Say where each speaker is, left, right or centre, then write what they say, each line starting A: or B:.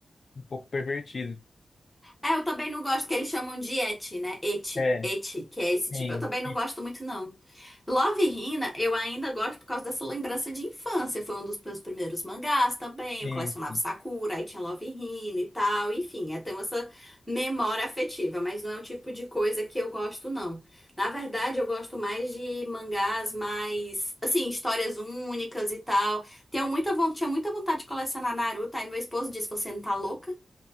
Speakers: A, on the left; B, in the centre.
A: um pouco pervertido.
B: É, eu também não gosto que eles chamam de eti, né? Eti,
A: É,
B: eti, que é
A: sim,
B: esse tipo. Eu também não gosto muito, não. Love Hina, eu ainda gosto por causa dessa lembrança de infância. Foi um dos meus primeiros mangás também.
A: sim,
B: Eu colecionava
A: sim.
B: Sakura, aí tinha Love Hina e tal. Enfim, é, tenho essa memória afetiva, mas não é o tipo de coisa que eu gosto, não. Na verdade, eu gosto mais de mangás mais, assim, histórias únicas e tal. Tenho muita, von- tinha muita vontade de colecionar Naruto, aí meu esposo disse: Você não tá louca?